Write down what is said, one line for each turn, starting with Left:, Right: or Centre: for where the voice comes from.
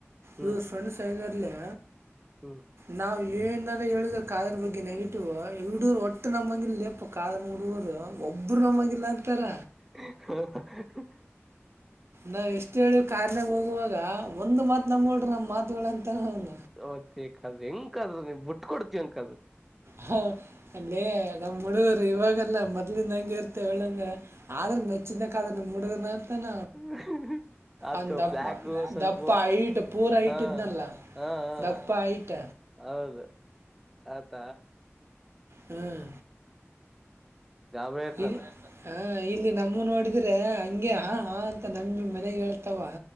Centre: ಹ್ಮ್
Right: ಯುವರ್ ಫ್ರೆಂಡ್ಸಾಗ್ಯಾರ್ಲ್ಯಾ.
Centre: ಹ್ಮ್
Right: ನವ ಈ ಏನಾನ ಹೇಳಿದ್ರ ಕಾದ್ರ ಬಗ್ಗೆ ನೆಗೆಟಿವ್ ಇವರು ಒಟ್ಟು ನಮ್ಮಂಗಿರ್ಲಿಪ್ಪ ಕಾದ ಹುಡುಗರು. ಒಬ್ರು ನಂಬಂಗಿಲ್ಲ ಅಂತಾರ.
Centre: ಹ <unintelligible>
Right: ನಾವ್ ಎಷ್ಟು ಹೇಳಿವ ಕಾರ್ನ್ಯಾಗ ಹೋಗುವಾಗ ಒಂದ್ ಮಾತ್ ನಂಬೋದರ ನಮ್ ಮಾತುಗಳ ಅಂತ ಅವ.
Centre: ಓಕೆ ಕದ್ರಾ ಹೆಂಗ ಕಾದ್ರ ನೀ್ ಬಿಟ್ ಕೊಡ್ತಿ ಹಾಂಗ ಕದ್ರಾ.
Right: ಹ ಅಲ್ಲೇ ನಮ್ಮ್ ಹುಡುಗುರ ಇವಾಗಲ್ಲ ಮೊದ್ಲಿಂದ ಹಂಗೆ ಇರ್ತೇವ್ ಒಳ್ಳಂದ ಆದ್ರ. ಹೆಚ್ಚಿನ ಕದ್ರಾ ನಮ್ಮ ಹುಡುಗನ ಅಂತಾನ.
Centre: <unintelligible>
Right: ಅಂದ ದಪ್ಪ
Centre: ಬ್ಲ್ಯಾಕ್ ಸ್ವಲ್ಪ
Right: ದಪ್ಪ ಹೈಟ್ ಪೂರಾ ಹೈಟ್
Centre: ಹಾ
Right: ಇದನಲ.
Centre: ಹಾ ಹಾ
Right: ದಪ್ಪ ಹೈಟ್.
Centre: ಹೌದು ಆತ.
Right: ಹ್ಮ್.
Centre: ಗಾಬ್ರಿ ಇರ್ತಾನ.
Right: ಇ ಹ ಇಲ್ಲಿ ನಮ್ಮ ನೋಡಿದ್ರೆ ಹಂಗೆ ಹ ಹಾ ಅಂತ ನಂಬಿ ಮನೆಗ್ ಹೇಳ್ತಾವ.